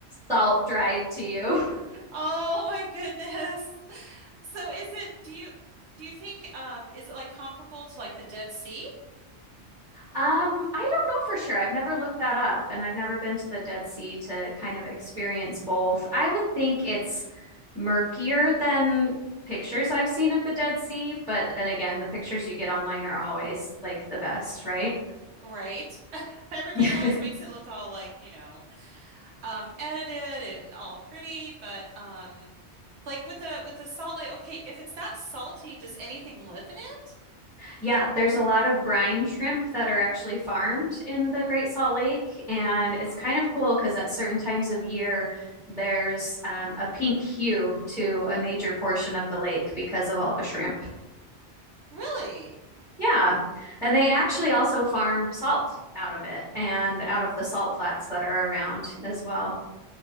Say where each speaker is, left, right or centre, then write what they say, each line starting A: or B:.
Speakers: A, in the centre; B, on the right.
A: salt dried to you.
B: Oh my goodness. So is it, do you do you think um is it like comparable to like the Dead Sea?
A: Um, I don't know for sure. I've never looked that up and I've never been to the Dead Sea to kind of experience both. I would think it's murkier than pictures I've seen of the Dead Sea, but then again, the pictures you get online are always like the best, right?
B: Right? <laughs> Everybody
A: <laughs>
B: always makes it look all like, you know. um edited and all pretty, but um like with the with the salt like okay, if it's that salty, does anything live in it?
A: Yeah, there's a lot of brine shrimp that are actually farmed in the Great Salt Lake, and it's
B: Oh,
A: kind of cool because at certain times of year, there's um, a pink hue to a major portion of the lake because of all the shrimp.
B: really?
A: Yeah, and they actually also farm salt out of it and out of the salt flats that are around as well.